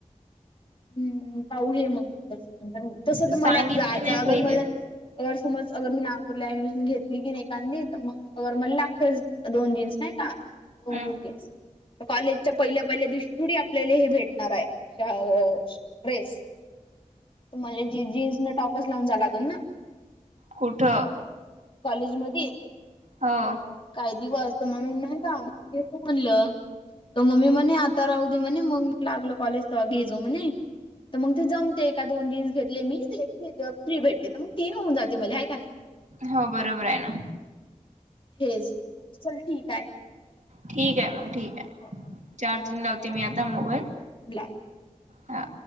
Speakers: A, on the left; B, on the right.
A: हम्म पाहू घे मग नंतर नंतर तस
B: तू
A: तर मला
B: सांगितली
A: आता जायचं
B: नाही
A: अगर
B: पहिले
A: मला. अगर समज अगर मी नागपूरला ऍडमिशन घेतली की एकांदी. तर मग अगर मला लागते दोन जीन्स नाही का दोन
B: हम्म
A: तीन जीन्स. कॉलेजच्या पहिल्या पहिल्या दिवशी थोडी आपल्याला हे भेटणार आहे. ड्रेस त म्हला ज जीन्स न टॉपच लावून जा लागल ना.
B: कुठं
A: कॉलेज म
B: हा.
A: काही दिवस तर म्हणून नाही काजे तू म्हणलं. त मम्मी म आता राहऊ दे म्हणे मग लागल कॉज तर आगे जाऊ म्हणे. तर मग ते जमते एका दोन जीन्स घेतले मी ते फ्री भेटते तर मग तीन होऊन जाते मलाय का नाही.
B: हो बरोबर आहे ना.
A: हेच चल ठीक आहे.
B: ठीक आहे मॅम ठीक आहे.
A: हो ह.
B: चार्जिंग लावते मी आता मोबाईल
A: बला
B: हा